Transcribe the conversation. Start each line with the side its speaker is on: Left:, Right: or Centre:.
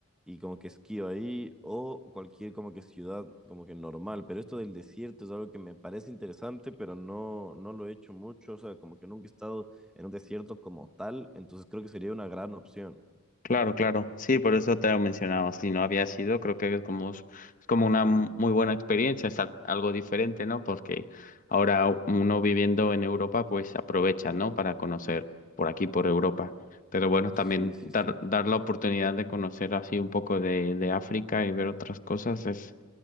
Centre: y como que esquío ahí o cualquier como que ciudad como que normal, pero esto del desierto es algo que me parece interesante, pero no, no lo he hecho mucho, o sea, como que nunca he estado en un desierto como tal, entonces creo que sería una gran opción.
Left: Claro, claro. Sí, por eso te lo mencionaba. Si no había sido, creo que es como, es como una muy buena experiencia, es al- algo diferente, ¿no? Porque ahora uno viviendo en Europa, pues aprovecha, ¿no? Para conocer por aquí, por Europa. Pero bueno,
Centre: Sí,
Left: también
Centre: sí,
Left: dar,
Centre: sí.
Left: dar la oportunidad de conocer así un poco de, de África y ver otras cosas es,